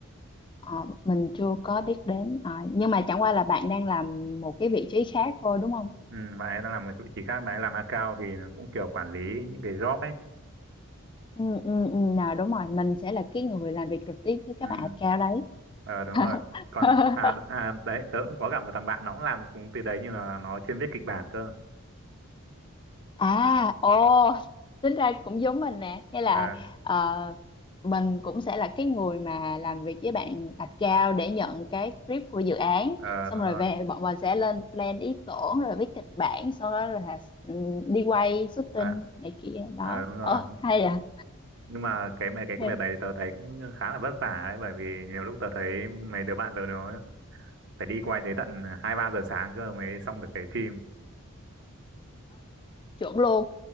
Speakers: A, on the left; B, on the right.
A: Ờ, mình chưa có biết đến Ờ, nhưng mà chẳng qua là bạn đang làm một cái vị trí khác thôi đúng không?
B: ừ, bạn ấy đang làm một vị trí khác bạn ấy làm account thì cũng kiểu quản lý những cái job ấy
A: Ừ, ừ, ừ, nào đúng rồi mình sẽ là cái người làm việc trực tiếp với các
B: ừ.
A: bạn at cao đấy
B: ờ đúng
A: <laughs>
B: rồi còn à, à đấy tớ cũng có gặp một thằng bạn nó cũng làm một công ty đấy nhưng mà nó chuyên viết kịch bản cơ
A: à ồ tính ra cũng giống mình nè nghĩa là
B: ờ
A: ờ, mình cũng sẽ là cái người mà làm việc với bạn at cao để nhận cái brief của dự án
B: ờ
A: xong
B: đúng
A: rồi
B: rồi
A: về bọn mình sẽ lên plan ý tưởng rồi viết kịch bản sau đó là ừ, đi quay shooting
B: à,
A: này kia đó
B: ờ đúng rồi
A: ờ hay à
B: nhưng mà cái mày cái
A: Hey,
B: công việc đấy tớ thấy cũng khá là vất vả ấy bởi vì nhiều lúc tớ thấy mấy đứa bạn tớ nó phải đi quay tới tận hai ba giờ sáng cơ mới xong được cái phim
A: chuẩn luôn